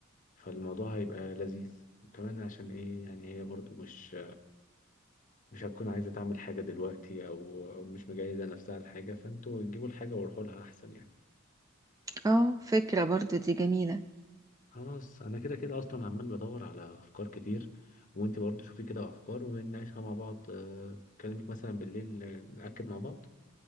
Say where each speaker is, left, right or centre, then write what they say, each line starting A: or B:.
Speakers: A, on the left; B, on the right.
A: فالموضوع هيبقى لذيذ كمان عشان ايه يعني هي برضو مش مش هتكون عايزة تعمل حاجة دلوقتي او أو مش مجهزة نفسها لحاجة فانتوا جيبوا الحاجة وروحوا لها احسن يعني
B: اه فكرة برضو دي جميلة
A: خلاص انا كده كده اصلا عمال بدور على افكار كتير وانت برضه شوفي كده افكار ونناقشها مع بعض آه، اكلمك مثلا بالليل آه، ناكد مع بعض